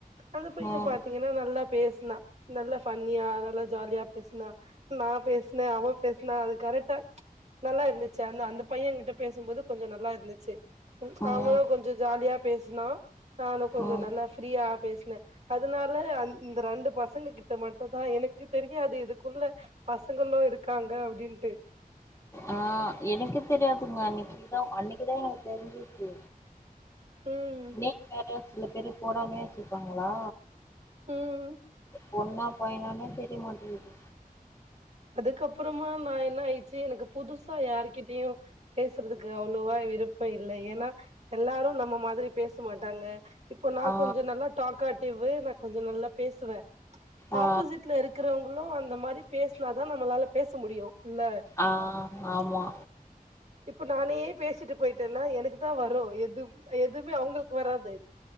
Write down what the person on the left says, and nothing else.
ம்
ம் ம்
ம்
ஆ எனக்கு தெரியாதுங்க அன்னிக்குதான் அன்னிக்குதான் எனக்கு தெரிஞ்சிது
நீ வேற சில பேரு போடாமே வச்சிருப்பாங்களா
பொண்ணா பயனானே தெரிய மாட்டேங்குது
ஆ
ஆ
ஆ ஆமா